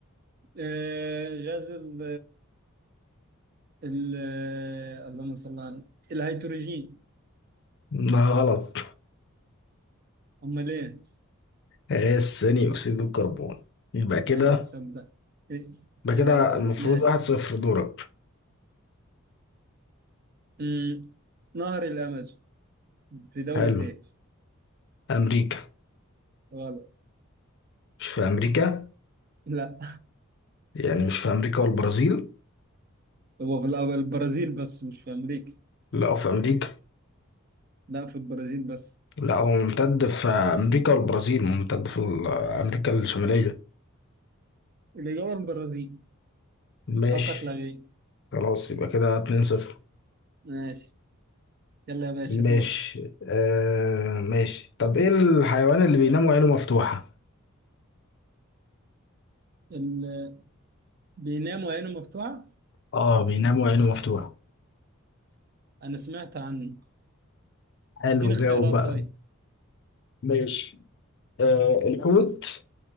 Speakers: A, on the right (about 45°); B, on the left (about 50°).
A: آه، غاز ال ال اللهم صل على النبي. الهيدروجين
B: ده غلط
A: امال ايه؟
B: غاز ثاني أكسيد الكربون يبقى كده
A: ايوه تصدق ايه
B: يبقى
A: إيه
B: كده
A: الغباء
B: المفروض
A: ده ماشي
B: واحد صفر دورك
A: أمم، نهر الامازون في دولة
B: حلو
A: ايه؟
B: أمريكا
A: غلط
B: مش في أمريكا
A: لا
B: يعني مش في أمريكا والبرازيل
A: هو في الأول البرازيل بس مش في أمريكا
B: لا هو في أمريكا
A: لا في البرازيل بس
B: لا هو ممتد في أمريكا والبرازيل ممتد في ال- أمريكا الشمالية
A: الإجابة البرازيل
B: ماشي
A: فقط لا غير
B: خلاص يبقى كده اتنين صفر
A: ماشي يلا يا باشا
B: ماشي
A: دور
B: آه ماشي طب ايه الحيوان اللي بينام وعينه مفتوحة؟
A: اللي بينام وعينه مفتوحة
B: اه بينام وعينه مفتوحة
A: أنا سمعت عنه
B: حلو
A: اديني اختيارات
B: جاوب بقى
A: طيب
B: ماشي آه الحوت